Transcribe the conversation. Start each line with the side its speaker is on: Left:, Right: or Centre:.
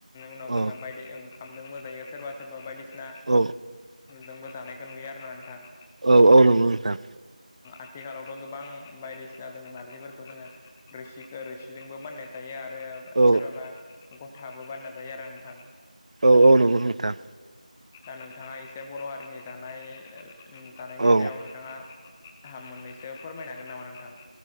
Centre: उनाव
Right: औ
Centre: जोङो बायदि ओंखामजोंबो‌ जायो सोरबा सोरबा बायदि सिना
Right: औ
Centre: जोंबो जानायखौ नुयो आरो ना नोंथां।
Right: औ औ नंगौ नोंथां
Centre: आथिखालावथ गोबां बायदिसिना जोङो नारजिफोरखौ जोङो रोसि रोसिजोंबो बानायना जायो आरो रो
Right: औ
Centre: सोरबाबा गथाबो बानायना जायो आरो नोंथां।
Right: औ औ नंगौ नोंथां।
Centre: दा नोंथाङा एसे बर' हारिनि जानाय जानायनि
Right: औ
Centre: सायाव नोंथाङा आहा मोननैसो फोरमायनो हागोन नामा नोंथां?